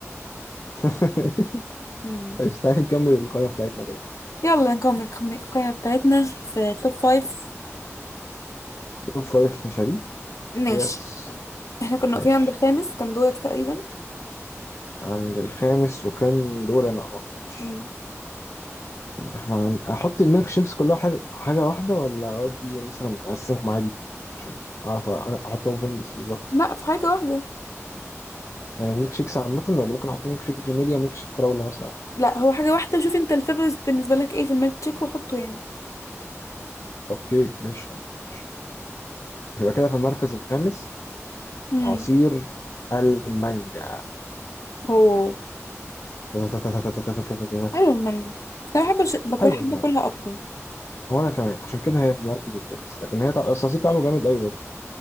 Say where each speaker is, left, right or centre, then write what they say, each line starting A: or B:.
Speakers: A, on the left; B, on the left.
A: <laughs>
B: امم
A: ماشي، تعالي نكمل القائمه بتاعتنا طيب
B: يلا نكمل القم- القائمه بتاعتنا في توب فايف
A: توب فايف مشاريب
B: ماشي
A: يس
B: احنا كنا
A: ماشي
B: واقفين عند الخامس كان دورك تقريبا
A: عند الخامس وكان دور انا اه ماشي
B: امم
A: طيب احنا هن- هحط الميلك شيكس كلها حاجة حاجة واحدة ولا أودي مثلا أقسمهم عادي عشان أعرف أنا أحطهم فين بس بالظبط
B: لا في حاجه واحده
A: يعني الميلك شيكس عامة ولا ممكن أحط ميلك شيك فانيليا وميلك شيك فراولة مثلا
B: لا هو حاجه واحده وشوف انت الفيفرز بالنسبه لك ايه في الميلك تشيك وحطه يعني
A: أوكي ماشي ماشي يبقى كده في المركز الخامس
B: امم
A: عصير المانجا
B: اوه
A: <laughs>
B: حلو المانجا بس انا بحب الش- باكل
A: حلو
B: بحب
A: المانجا
B: اكلها اكتر
A: وأنا كمان عشان كده هي في المركز الخامس لكن هي طع... أصل العصير طعمه جامد أوي برضه